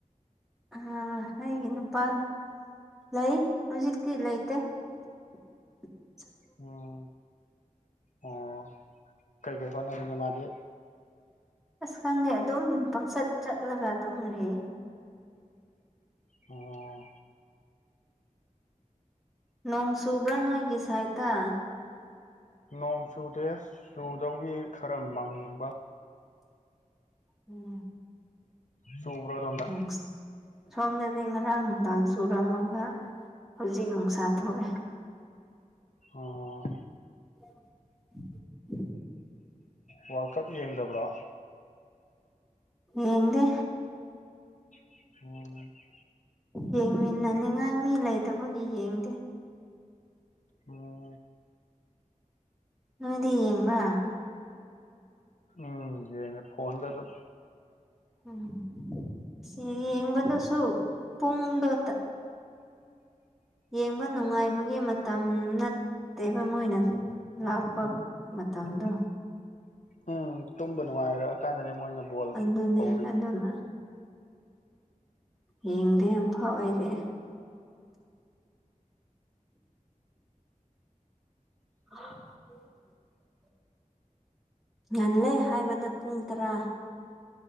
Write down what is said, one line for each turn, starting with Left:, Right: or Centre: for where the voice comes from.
Centre: ꯑ ꯑꯩꯒꯤ ꯅꯨꯄꯥ ꯂꯩ ꯍꯧꯖꯤꯛꯇꯤ ꯂꯩꯇꯦ <inaudible>
Left: ꯎꯝ ꯑꯣ ꯀꯩꯀꯩ ꯍꯣꯠꯅꯔꯤꯒꯦ ꯃꯥꯗꯤ
Centre: ꯑꯁ ꯈꯪꯗ‌ꯦ ꯑꯗꯨꯝ ꯄꯪꯆꯠ ꯆꯠꯂꯒ ꯑꯗꯨꯝ ꯂꯩꯌ‌ꯦ
Left: ꯑꯣ
Centre: ꯅꯣꯡ ꯆꯨꯕ꯭ꯔꯥ ꯅꯣꯏꯒꯤ ꯁꯥꯏꯠꯇ
Left: ꯅꯣꯡ ꯆꯨꯗꯦ ꯆꯨꯗꯧꯒꯤ ꯈꯔ ꯃꯪꯕ
Centre: ꯎꯝ
Left: ꯆꯨꯕ꯭ꯔꯣ ꯑꯗꯣꯝꯗ
Centre: <unintelligible> ꯁꯣꯝꯗꯗꯤ ꯉꯔꯥꯡ ꯅꯨꯡꯗꯥꯡ ꯆꯨꯔꯝꯃꯒ ꯍꯧꯖꯤꯛ ꯅꯨꯡꯁꯥ ꯊꯣꯛꯑꯦ
Left: ꯑꯣ
Centre: <inaudible>
Left: ꯋꯥꯔꯜ ꯀꯞ ꯌꯦꯡꯗꯕ꯭ꯔꯣ
Centre: ꯌꯦꯡꯗꯦ
Left: ꯑꯣꯝ
Centre: ꯌꯦꯡꯃꯤꯟꯅꯅꯤꯡꯉꯥꯏ ꯃꯤ ꯂꯩꯇꯕꯒꯤ ꯌꯦꯡꯗꯦ
Left: ꯑꯣ
Centre: ꯅꯪꯗꯤ ꯌꯦꯡꯕꯔꯥ
Left: ꯎꯝ ꯌꯦꯡꯉꯦ ꯐꯣꯟꯗ ꯑꯗꯨꯝ
Centre: ꯎꯝ ꯁꯤ ꯌꯦꯡꯕꯗꯁꯨ ꯄꯨꯨꯡꯗꯣ ꯇ ꯌꯦꯡꯕ ꯅꯨꯡꯉꯥꯏꯕꯒꯤ ꯃꯇꯝ ꯅꯠꯇꯦꯕ ꯃꯣꯏꯅ ꯂꯥꯛꯄ ꯃꯇꯝꯗꯣ
Left: ꯎꯝ ꯇꯨꯝꯕ ꯅꯨꯡꯉꯥꯏꯔꯛꯑ ꯀꯥꯟꯗꯅꯦ ꯃꯣꯏꯅ ꯕꯣꯜ
Centre: ꯑꯗꯨꯅ‌ꯦ
Left: ꯍꯧꯔꯤꯁꯦ
Centre: ꯑꯗꯨꯅ ꯌꯦꯡꯗꯦ ꯑꯝꯐꯥꯎ ꯑꯩꯗꯤ ꯍ <unintelligible> ꯉꯜꯂꯦ ꯍꯥꯏꯕꯗ ꯄꯨꯡ ꯇꯔꯥ